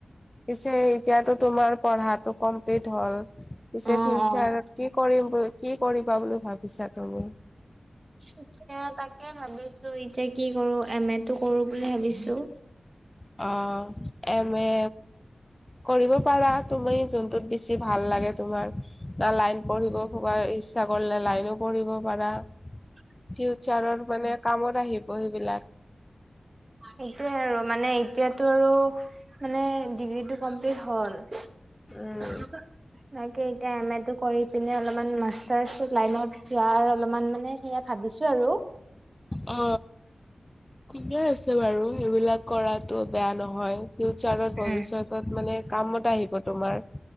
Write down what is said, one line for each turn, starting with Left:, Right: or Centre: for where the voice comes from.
Left: পিছে এতিয়াতো তোমাৰ পঢ়াটো কমপ্লিট হ'ল। পিছে
Right: অ
Left: ফিউচাৰত
Right: অ
Left: কি কৰিম বুলি, কি কৰিবা বুলি ভাবিছা তুমি?
Right: এতিয়া তাকে ভাবিছোঁ, এতিয়া কি কৰোঁ এম এ টো কৰোঁ বুলি ভাবিছোঁ।
Left: অ', এম এ কৰিব পাৰা, তুমি জোনটোত বেছি ভাল লাগে তোমাৰ। বা লাইন পঢ়িব ইচ্ছা কৰিলে লাইনো পঢ়িব পাৰা।
Right: হয়।
Left: ফিউচাৰৰ মানে কামত আহিব সেইবিলাক।
Right: সেইটোয়ে আৰু, মানে এতিয়াতো আৰু, মানে ডিগ্ৰীটো কমপ্লিট হল। তাকে
Left: উম।
Right: এতিয়া এম্ এ টো কৰি পিনে অলপমান মাষ্টাৰছ লাইনত যোৱাৰ অলপমান মানে সেয়া ভাবিছোঁ আৰু।
Left: অ। ঠিকে আছে বাৰু, সেইবিলাক কৰাতো বেয়া নহয়। ফিউচাৰত, ভৱিষ্যতত
Right: উম,
Left: মানে কামত আহিব তোমাৰ।